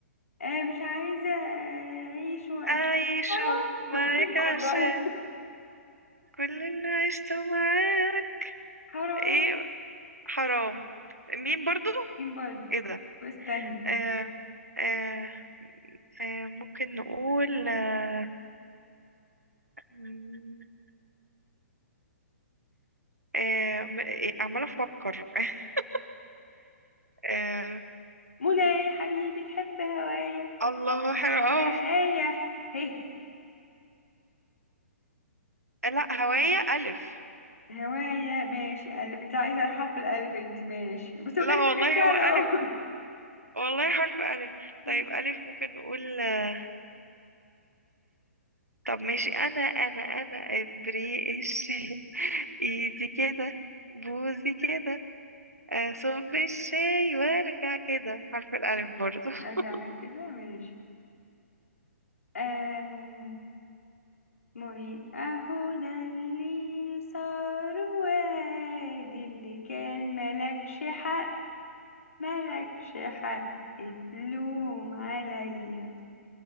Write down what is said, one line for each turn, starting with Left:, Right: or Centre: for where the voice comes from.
Left: آه مش عايزة اعيش وأش-
Right: أعيشه
Left: حرام
Right: معاك
Left: مين برضه
Right: عشان
Left: <laughs>
Right: كل اللي عشته معاك
Left: حرام
Right: ايه حرام مين برضو
Left: مين برضه
Right: ايه ده
Left: استني
Right: آه آه آه ممكن نقول آه، مم. آه، م- إيه، عمالة أفكر <laughs> آه،
Left: منى يا حبيبي تحب هوايا
Right: الله حلو
Left: هوايا
Right: أوي
Left: هي
Right: لا هواية ألف
Left: هوايا ماشي ألف انت عايزة الحرف الألف انت ماشي بس بجد
Right: لا والله
Left: حاجة سهلة
Right: هو ألف
Left: اهو
Right: والله حرف ألف
Left: <laughs>
Right: طيب ألف ممكن نقول آه، طب ماشي أنا أنا أنا إبريق الشاي <laughs> إيدي كده بوزي كده أصب الشاي وأرجع كده حرف الألف برضو <laughs>
Left: ارجع كده ماشي آه معي اهو ده اللي صار وادي اللي كان ملكش حق ملكش حق اتلوم عليا